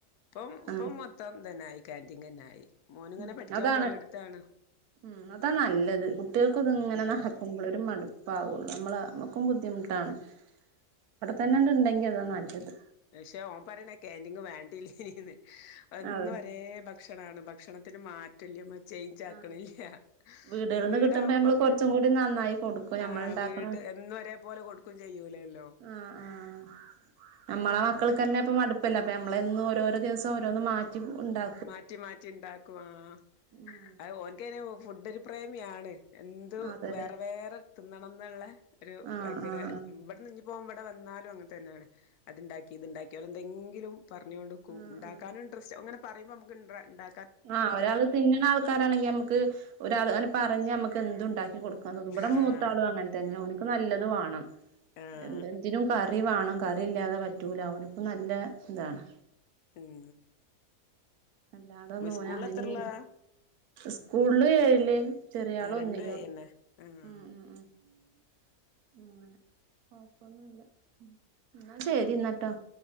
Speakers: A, on the left; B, on the right.
A: ഇപ്പം ഇപ്പം
B: ഉം
A: മൊത്തം ഇതന്നായി കാൻറിങ്ങന്നായി ഇങ്ങനെ
B: ഉം
A: പഠിക്കാൻ
B: അതാണ്
A: പോയ എടുത്താണ്
B: ഉം അതാ നല്ലത് കുട്ടികൾക്കൊന്നും ഇങ്ങനെ
A: ആഹ്
B: നടക്കുമ്പോളെ ഒരു മടു പ്പാവുള്ളൂ നമ്മള് നമ്മുക്കും ബുദ്ധിമുട്ടാണ് അവിടെ തന്നെണ്ട ഇണ്ടെങ്കിൽ അതാ നല്ലത്
A: പക്ഷെ ഓൻ പറയണ കാൻന്റിങ്ങ് വേണ്ടല്ലേന്ന് യെന്നും
B: അതെ
A: ഒരേ ഭക്ഷ ണാണ് ഭക്ഷണത്തിന് മാറ്റം റ്റല്ലമ്മ ചേയ്ഞ്ചാക്കണില്ല
B: ആഹ് വീടുകളിൽന്ന്
A: വീടാവുമ്പോ
B: കിട്ടുമ്പോ നമ്മള് കുറച്ചും കൂടി നന്നായി കൊടുക്കും നമ്മൾ
A: ആഹ്
B: ഉണ്ടാക്കണ
A: വീട്ട് എന്നും ഒരേ പോലെ കൊടുക്കും ചെയ്യൂലേല്ലോ
B: ആഹ് ആഹ് നമ്മളെ മക്കൾന്നെ
A: ആഹ്
B: ഇപ്പം മടുപ്പല്ല അപ്പം നമ്മള് എന്നും ഓരോര ദിവസം ഓരോന്ന് മാറ്റി ഇണ്ടാ
A: മാറ്റി മാറ്റി ഇണ്ടാക്കും ആഹ്
B: ഉം
A: അഹ്ഓൻക്കേന് ഫുഡൊരു പ്രേമിയാണ് എന്തു
B: അതെല്ലേ
A: വേറെ വേറെ തിന്നണം ന്നുള്ള ഒരു
B: ആഹ്
A: ഭയങ്കര
B: ആഹ്
A: ഇവിടെന്ന്ന്നി പ്പോ ഓൻ ഇവിടെ വന്നാലും അങ്ങനെ തന്നെയാണ് അത്ണ്ടാക്കി ഇത്ണ്ടാക്കി അവിടെ എന്തെങ്കിലും പറഞ്ഞ കൊടുക്കും
B: ആഹ്
A: ഇണ്ടാക്കാനും
B: ആഹ്
A: ഇൻട്രസ്റ്റ് ഓൻങ്ങനെ പറയുമ്പോ നമുക്ക്ണ്ട ഇണ്ടാ
B: ആഹ് ഒരാള് തിന്നണഅ ആൾക്കാരാണെങ്കിൽ നമുക്ക് ഒരാൾ അങ്ങനെ പറഞ്ഞ നമക്ക് എന്തു ഇണ്ടാക്കി കൊടുക്കാൻ തോന്നും ഇവിടെ
A: ആഹ്
B: മു മൂത്താളും അങ്ങനെ തന്നെ ഓന്ക്ക് നല്ലത് വാണം
A: ആഹ്
B: എൻത് എന്തിനും കാ റി വാണം കറി ഇല്ലാതെ പറ്റൂല ഓന്ക്കും നല്ല ഇതാണ്
A: ഉം
B: അല്ലാതൊന്നും
A: സ്കൂളിൽ
B: ഓന് അങ്ങനിം
A: എത്രേലാ
B: ഇങ്ങനെ സ്കൂളില് ഏഴില് ചെറിയ ആള്
A: ആഹ്
B: ഒന്നിലുവാ
A: രണ്ടു എ ന്നെ ആഹ്
B: ഉം ഉം ഉം അങ്ങനെ കൊഴപ്പൊന്നുംല്ല ഉം ഇന്നാ ശരിന്നാട്ടോ